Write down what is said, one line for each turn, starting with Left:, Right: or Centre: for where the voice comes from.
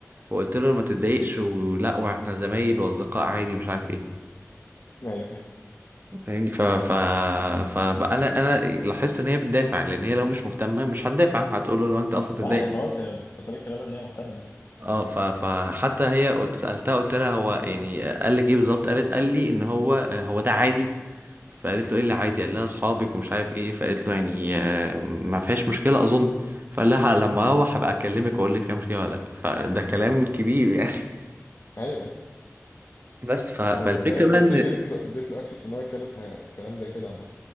Right: وقلت له ما تتضايقش ولا واحنا زمايل وأصدقاء عادي مش عارف ايه
Left: ايوه فاهم
Right: فاهمني ف ف فبقى انا انا لاحظت ان هي بتدافع لان هي لو مش مهتمه مش هتدافع هتقول له لو انت اصلا تتضايق
Left: لا هي خلاص هي في طريق كلامها ان هي مهتمه يعني.
Right: اه ف فحتى هي قلت سالتها قلت لها هو يعني قال لك ايه بالظبط قالت قال لي ان هو هو ده عادي فقالت له ايه اللي عادي قال لها اصحابك ومش عارف ايه فقالت له يعني آه، ما فيهاش مشكله اظن فقال لها لما اروح هبقى اكلمك واقول لك فيها مشكله ولا لا فده كلام كبير يعني
Left: ايوه
Right: <laughs> بس ف... فالفكره
Left: طب هي
Right: بقى
Left: بس
Right: ان
Left: هي كانت اديت له اديت له اكسس ان هو يتكلم في كلام زي كده عامه